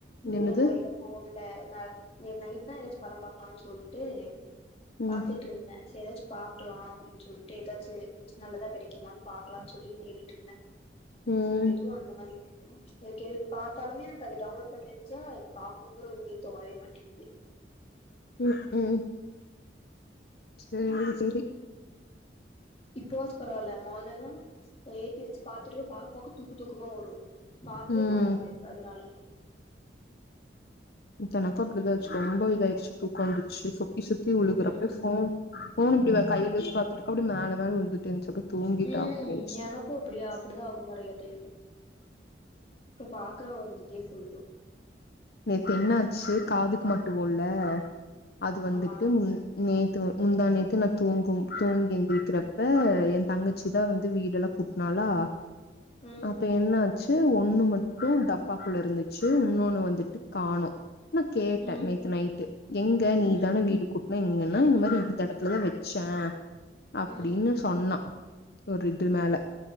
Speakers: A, on the left (about 35°); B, on the left (about 55°).
A: இது
B: என்னது
A: நெறைய போன்ல ந நேத்து நைட் தான் ஏதாச்சும் படம் பாாரக்கலாம்னு சொல்லிட்டு
B: ம்
A: பாத்துட்டு இருந்தேன் ஏதாச்சும் பாக்கலாம் அப்படின்னு சொல்லிட்டு ஏதாச்சு நல்லதா கிடைக்குமனு பாக்கலாம்னு சொல்லி தேடிட்டு இருந்தேன்
B: ம்
A: எதுவும் அந்த மாதிரி எது பார்த்தாலுமே எனக்கு அது டவுன்லோட் பண்ணி வச்சா அது பாக்கணும்ற இதுவே தோணவே மாட்டேங்கது
B: உம் உம் செரி செரி
A: இப்போ வாச்சு பரவாயில்ல மொதல்ல எல்லாம் ஏத்தி வச்சு பார்த்துட்டு பா பாக்க தூக்க தூக்கமா வரும் பாக்கவே
B: ம்
A: தோணாது அதனாலயே
B: எனக்கு அப்டிதாச்சு ரொம்ப இதாயடுச்சு தூக்க வந்துச்சு சுத்தி உழுகுறப்ப
A: ம்
B: போன் போன இப்படிவ கையில்ல பாத்துட்டுக்க அப்படி மேல மேல உழுந்துட்டே இருந்துச்சு தூங்கிட்ட
A: உம்
B: ஆஃப் பண்ணி வச்சுட்டு
A: எனக்கும் அப்படியா அப்படிதான் ஆகமையது கப்பாாக <unintelligible> அப்புறம் வந்துக்கே போயிடும்
B: நேத்து என்னாச்சு காதுக்கு மட்டுவோல அது வந்துட்டு
A: ஆமா
B: முன் நேத் முந்தாநேத்து நா தூங்கும் தூங்கி எந்திருக்கிறப்ப என் தங்கச்சி தா வந்து வீடெல்லா கூட்னாலா
A: ம்
B: அப்ப என்னா ச் ஒண்ணு மட்டு டப்பாக்குள்ள இருந்துச்சு உன்னொன்னு வந்துட் ட் காணோ நா கேட்டே
A: ம்
B: நேத்து நைட்டு எங்க நீதானே
A: ம்
B: வீடு கூட் இங்கன்னா இந்த மாரி இந்த இடத்துலதா வச்சே அப்டின்னு
A: ம்
B: சொன்னா ஒரு இது மேல